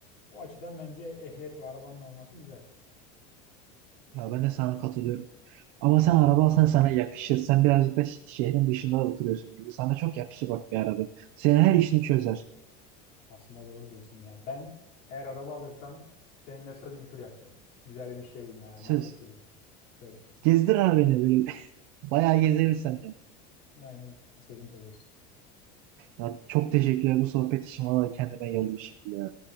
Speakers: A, on the left; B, on the right.
A: O açıdan bence ehliyet ve arabanın olması güzel.
B: Ya ben de sana katılıyorum. Ama sen araba alsan sana yakışır. Sen birazcık da ş- şehrin dışında oturuyorsun gibi. Sana çok yakışır bak bir araba. Senin her işini çözer.
A: Aslında doğru diyorsun ya. Ben eğer araba alırsam seninle söz bir tur yapacağız. Güzel bir şey e,
B: Söz.
A: market turu. Söz.
B: Gezdir abi beni böyle. <laughs> Bayağı gezeriz
A: Hı.
B: seninle.
A: Aynen sözüm söz olsun.
B: Ya çok teşekkürler bu sohbet için. Vallahi kendime geldim şimdi ya.